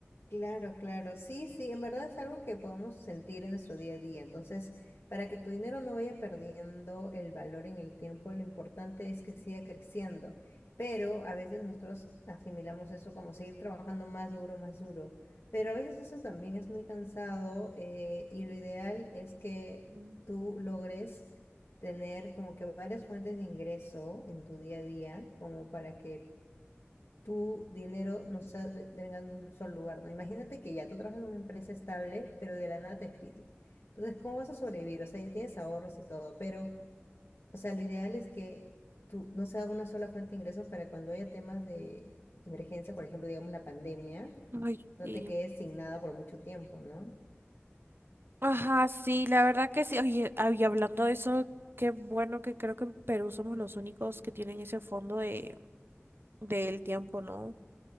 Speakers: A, on the left; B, on the right.
A: Claro, claro, sí, sí, en verdad es algo que podemos sentir en nuestro día a día. Entonces, para que tu dinero no vaya perdiendo el valor en el tiempo, lo importante es que siga creciendo. Pero a veces nosotros asimilamos eso como seguir trabajando más duro, más duro. Pero a veces eso también es muy cansado eh, y lo ideal es que
B: Ujú.
A: tú logres tener como que varias fuentes de ingreso en tu día a día, como para que tu dinero no sea de, de- venga de un solo lugar, ¿no? Imagínate que ya tú trabajas en una empresa estable, pero de la nada te despiden. Entonces, ¿cómo vas a sobrevivir? O sea, ya tienes ahorros y todo, pero, o sea, lo ideal es que tú no sea una sola fuente de ingresos para cuando haya temas de emergencia, por ejemplo, digamos la pandemia,
B: Ay,
A: no
B: sí.
A: te quedes sin nada por mucho tiempo, ¿no?
B: Ajá, sí, la verdad que sí. Oye, ah, y hablando de eso, qué bueno que creo que en Perú somos los únicos que tienen ese fondo de, del tiempo, ¿no?